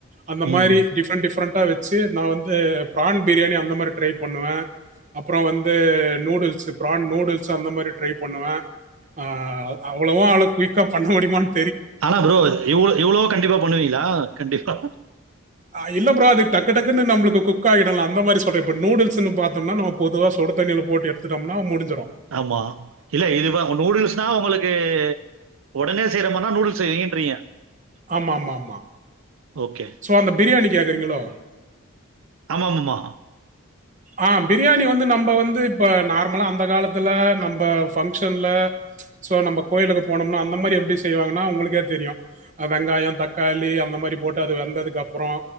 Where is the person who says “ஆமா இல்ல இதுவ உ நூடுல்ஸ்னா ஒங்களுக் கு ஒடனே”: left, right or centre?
Right